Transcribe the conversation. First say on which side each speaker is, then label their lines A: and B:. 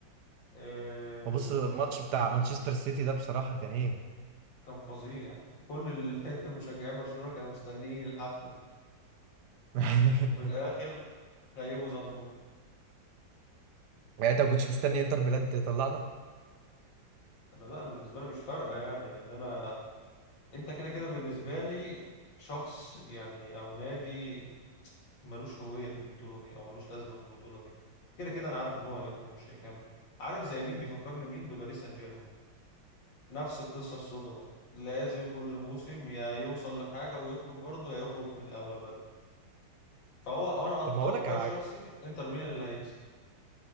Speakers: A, on the left (about 80°); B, on the right (about 70°).
A: آه،
B: هو بص الماتش بتاع مانشستر سيتي ده بصراحة كان ايه
A: كان فظيع كل ال- <laughs> مشجعين برشلونة كانوا مستنيين الحفلة
B: <laughs>
A: وفي الآخر خيبوا ظنهم
B: يعني انت ما كنتش مستني انتر ميلان تطلعنا
A: أنا لا أنا بالنسبة لي مش فارقة يعني لأن أنا أنت كده كده بالنسبة لي شخص يعني أو نادي ملوش هوية في البطولة دي أو ملوش لازمة في البطولة دي كده كده أنا عارف إن هو هيخرج مش هيكمل عارف زي مين بيفكرني مين بباريس سان جيرمان نفس القصة السوداء برضه لازم كل موسم يا يوصل لحاجة ويخرج برضه يا يخرج من الأول بدري فهو أو أنا أتوقع
B: طب ما هقول لك على
A: الشخصي
B: حاجة
A: إنتر ميلان اللي هيكسب